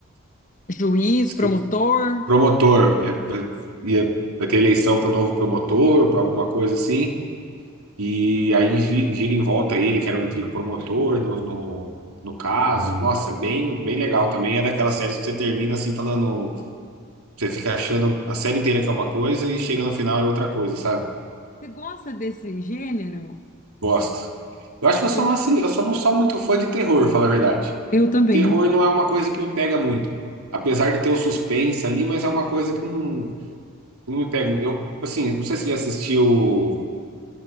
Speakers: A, on the left; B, on the right.
A: juiz,
B: esque-
A: promotor.
B: promotor, é, vai- ia- vai ter eleição para o novo promotor, para alguma coisa assim, E aí gi- gira em volta ele, que era o antigo promotor no, no, no caso. Nossa, bem, bem legal também. É daquelas séries que você termina assim falando, você fica achando a série inteira que é uma coisa e chega no final é outra coisa, sabe?
A: Você gosta desse gênero?
B: Gosto. Eu acho que eu só
A: Eu,
B: não, assi- eu só não sou muito fã de terror, falar a verdade.
A: eu também.
B: Terror não é uma coisa que me pega muito. Apesar de ter o suspense ali, mas é uma coisa que não, não me pega. Eu, tipo assim, não sei se você já assistiu,